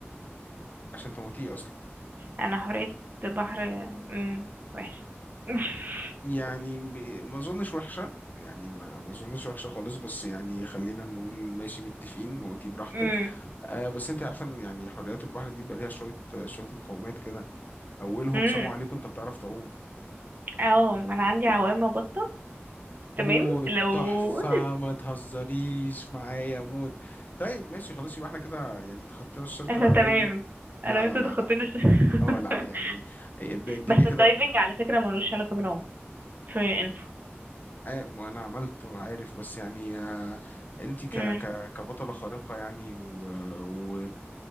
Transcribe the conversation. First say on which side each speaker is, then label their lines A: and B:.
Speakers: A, on the left; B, on the right.
A: عشان تموتيه اصلا
B: انا حورية بحر امم وحش <laughs>
A: يعني م- ما اظنش وحشة يعني ما ما اظنش وحشة خالص بس يعني خلينا نقول ماشي متفقين موتيه براحتك
B: امم
A: آه بس انت عارفه ان يعني حريات البحر دي بيبقى ليها شويه شويه مقومات كده اولهم
B: امم
A: سموا عليك انت بتعرف تعوم
B: اه ما انا عندي عوامة بطة
A: موت
B: تمام لو
A: تحفه ما تهزريش معايا موت طيب ماشي خلاص يبقى احنا كده يعني تخطينا
B: <laughs>
A: الشرط
B: انا
A: الاولاني
B: تمام
A: ده.
B: انا
A: لا
B: وانت
A: لا لا
B: تخطينا
A: لا
B: الش-
A: اه لا
B: <laughs>
A: يعني الد- الدنيا
B: بس
A: كده
B: الدايفنج على فكرة ملوش علاقة بالعوم for your info
A: آه ما انا عملت وعارف بس يعني آه انت ك
B: امم
A: ك كبطله خارقه يعني و, و